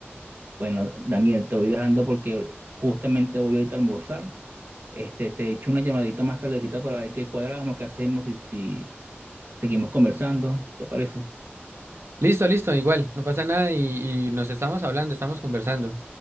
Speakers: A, on the right; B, on the right.
A: Bueno, Daniel, te voy dejando porque justamente voy ahorita a almorzar. Este, te echo una llamadita más tardecita para ver qué cuadramos, qué hacemos y si seguimos conversando, ¿te parece?
B: Listo, listo, igual, no pasa nada y, y nos estamos hablando, estamos conversando.